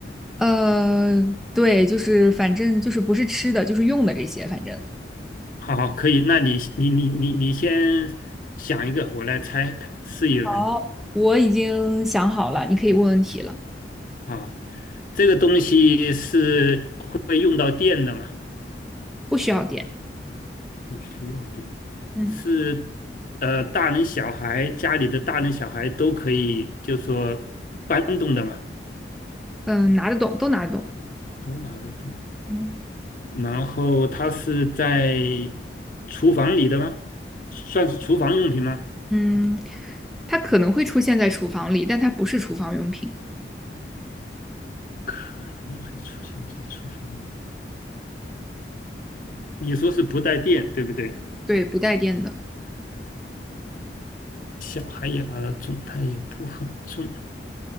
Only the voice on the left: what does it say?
好好，可以，那你你你你你先想一个，我来猜看试一轮
啊。这个东西是会用到电的吗？
不需要电，
是呃，大人小孩家里的大人小孩都可以，就说搬动的嘛，
都拿得动。
然后它是在厨房里的吗？算是厨房用品吗？
可能会出现在厨房里。你说是不带电，对不对？
小孩也拿得重，它也不很重。